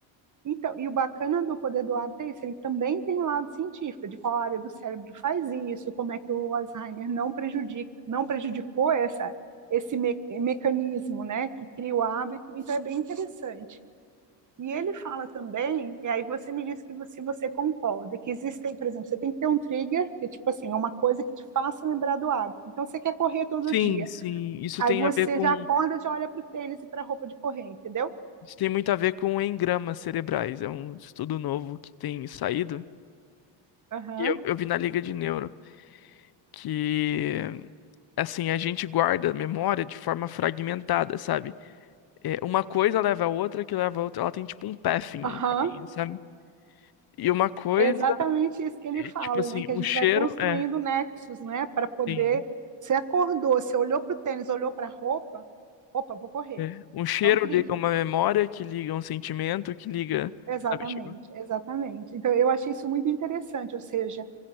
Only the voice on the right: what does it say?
Então, e o bacana do poder do hábito é isso, ele também tem um lado científico, de qual área do cérebro faz isso, como é que o Alzheimer não prejudica, não prejudicou essa, esse me mecanismo, né, que cria o hábito, então é bem interessante. E ele fala também, e aí você me diz que você, você concorda, que existem, por exemplo, você tem que ter um trigger, que é tipo assim, é uma coisa que te faça lembrar do hábito. Então você quer correr todo
dia,
aí
você
já acorda, já olha para o tênis e para a roupa de correr, entendeu?
Aham,
aham.
É exatamente isso que ele
fala,
né? Que a
gente
vai construindo
nexos, né? Para poder.
Você acordou, você olhou para o tênis, olhou para a roupa, opa, vou correr.
É um trigger.
Exatamente,
exatamente. Então, eu achei isso muito interessante. Ou seja,